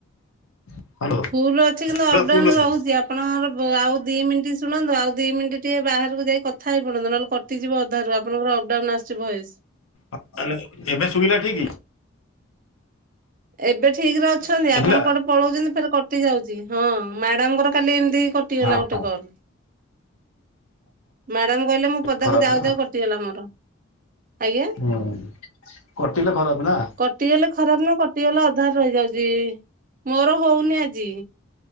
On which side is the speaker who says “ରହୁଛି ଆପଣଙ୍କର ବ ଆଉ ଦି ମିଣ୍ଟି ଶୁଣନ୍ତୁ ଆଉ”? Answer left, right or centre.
Right